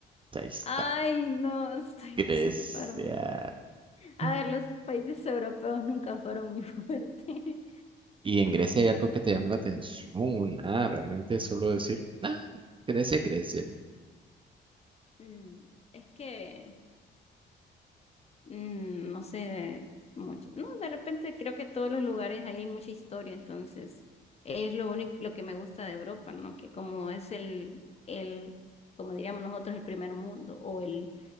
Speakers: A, on the right; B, on the left.
A: Ahí está.
B: Ay, no, <laughs> estoy
A: Grecia.
B: súper. A
A: Mm.
B: ver, los países europeos nunca fueron mi fuerte. <laughs>
A: Y en Grecia hay algo que te llama la atención. Ah, realmente es solo
B: Y,
A: decir, ah, Grecia, Grecia.
B: mm, es que mm, no sé de mucho. No, de repente creo que todos los lugares ahí hay mucha historia, entonces es lo único, lo que me gusta de Europa, ¿no? Que como es el, el, como diríamos nosotros, el primer mundo o el,